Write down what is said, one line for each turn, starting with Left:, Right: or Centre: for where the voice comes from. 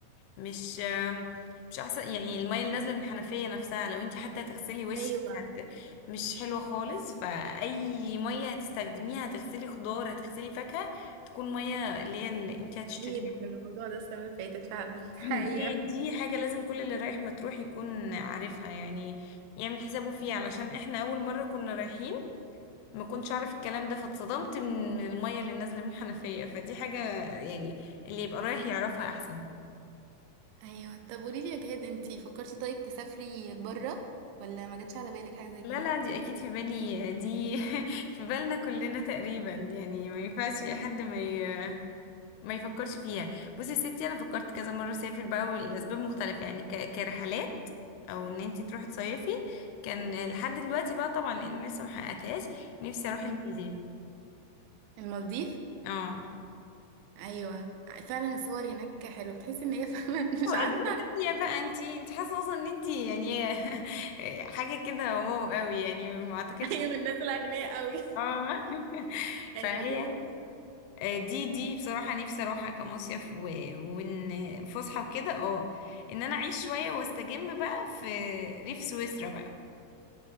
Left: مش مش احسن يعني المية اللي نازلة من الحنفية نفسها لو انت حتى هتغسلي وشك
Right: ايوه
Left: هت- مش حلوة خالص فأي مية هتستخدميها هتغسلي خضار هتغسلي فاكهة تكون مية اللي هي اللي انت هتشتريها
Right: اكيد من الموضوع ده السنه اللي فاتت فعلا <laughs> دي
Left: <clears throat>
Right: حقيقه
Left: دي دي حاجة لازم كل اللي رايح مطروح يكون عارفها يعني يعمل حسابه فيها علشان احنا أول مرة كنا رايحين ما كنتش أعرف الكلام ده فاتصدمت من من المية اللي نازلة من الحنفية فدي حاجة يعني اللي يبقى رايح يعرفها أحسن
Right: ايوه طب قولي لي يا جهاد انتي فكرتي طيب تسافري بره ولا ما جاتش على بالك حاجه زي كده
Left: لا لا دي اكيد في بالي دي <laughs> في بالنا كلنا تقريبا يعني ما ينفعش حد ما ي... ما يفكرش فيها بصي يا ستي انا فكرت كذا مره اسافر بقى والاسباب مختلفه يعني ك... كرحلات او ان انت تروحي تصيفي كان لحد دلوقتي بقى طبعا لان لسه ما حققتهاش نفسي اروح
Right: مم.
Left: المالديف
Right: المالديف
Left: اه
Right: ايوه فعلا الصور هناك حلوه بتحس ان هي فعلا <laughs> مش
Left: اجواء
Right: عارفه
Left: تانية بقى انت انت حاسه اصلا ان انت يعني <laughs> حاجه كده واو قوي يعني ما اعتقدش
Right: هي من الناس الاغنياء قوي
Left: اه <laughs>
Right: <laughs>
Left: فهي
Right: ايوه دي حقيقة
Left: آه، دي دي بصراحة نفسي اروحها كمصيف و... وان فسحة وكده اه ان انا اعيش شوية واستجم بقى في ريف سويسرا بقى